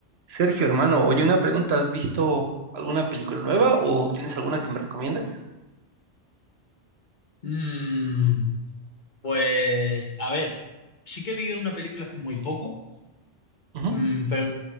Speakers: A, on the right (about 65°); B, on the left (about 45°).
A: Sergio, hermano, oye, una pregunta, ¿has visto alguna película nueva o tienes alguna que me recomiendas?
B: Mm, pues, a ver, sí que vi una película hace muy poco,
A: Ujú,
B: mm, pero